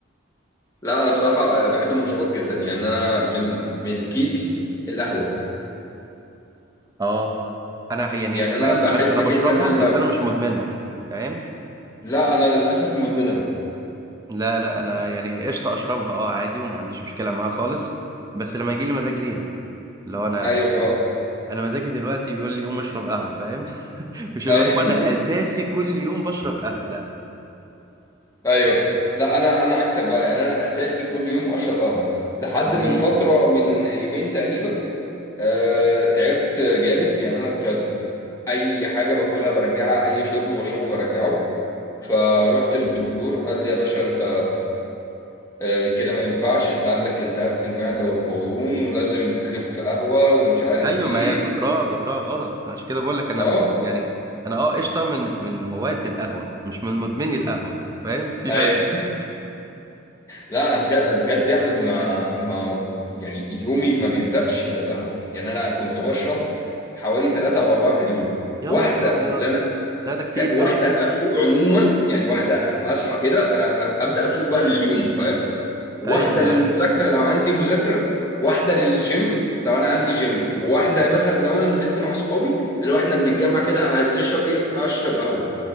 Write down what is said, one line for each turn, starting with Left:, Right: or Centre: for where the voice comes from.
Left: لا انا بصراحه آه، بحب المشروبات جدا يعني انا من من كيفي القهوه
Right: اه انا يعني
Left: يعني
Right: فاهم
Left: انا بحب
Right: انا انا بشربها
Left: جدا اعمل
Right: بس
Left: قهوه
Right: انا مش مدمنها فاهم
Left: لا انا للاسف مدمنها
Right: لا لا انا يعني قشطه اشربها اه عادي وما عنديش مشكله معاها خالص بس لما يجي لي مزاج ليها اللي هو انا
Left: ايوه فاهمك
Right: انا مزاجي دلوقتي بيقول لي قوم اشرب قهوه فاهم <laughs> مش اللي
Left: ايوه
Right: هو انا اساسي كل يوم بشرب قهوه لا
Left: <laughs> ايوه لا انا انا عكسك بقى يعني انا اساسي كل يوم اشرب قهوه لحد
Right: امم
Left: من فتره من يومين تقريبا آه، تعبت جامد يعني انا اي حاجه باكلها برجعها اي شرب بشربه برجعه فروحت للدكتور قال لي يا باشا انت آه، كده ما ينفعش انت عندك التهاب في المعده والقولون ولازم تخف قهوه ومش عارف
Right: ايوه
Left: ايه
Right: ما هي كترها كترها غلط عشان كده بقول لك انا
Left: اه
Right: مش يعني انا اه قشطه من من هواة القهوه مش من مدمني القهوه فاهم في
Left: ايوه
Right: فرق
Left: لا انا بجد انا بجد يا احمد ما ما ما كنت يعني يومي ما بيبداش الا بقهوه يعني انا كنت بشرب حوالي ثلاثة او اربعة في اليوم
Right: يا
Left: واحده
Right: نهار ابيض
Left: اللي
Right: لا ده كتير
Left: ت- واحده
Right: قوي
Left: افوق عموما يعني واحده اصحى كده انا أ- ابدا افوق بقى لليوم فاهم واحده
Right: ايوه
Left: للمذاكره
Right: ايوه
Left: لو عندي مذاكره واحده للجيم لو انا عندي جيم واحده مثلا لو انا نزلت مع اصحابي اللي هو احنا بنتجمع كده هتشرب ايه اشرب قهوه